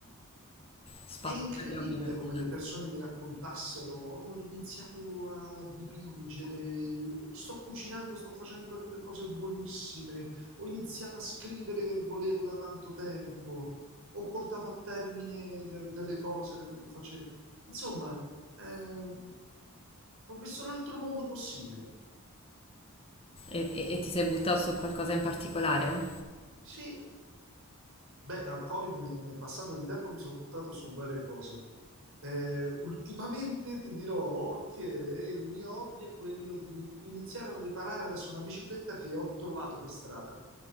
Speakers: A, on the left; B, on the right.
A: spazio
B: È incredibile
A: per gli hobby non
B: come
A: c'è.
B: le persone mi raccontassero, ho iniziato a dipingere, sto cucinando, sto facendo delle cose buonissime, ho iniziato a scrivere che volevo da tanto tempo, ho portato a termine de- delle cose che non facevo. Insomma, eh, ho visto un altro mondo possibile.
A: E, e- e ti sei buttato su qualcosa in particolare?
B: Sì, eh, beh, dal Covid ne- nel passato di tempo mi sono buttato su varie cose. Eh, ultimamente ti dirò che il mio hobby è quello di iniziare a riparare adesso una bicicletta che ho trovato per strada,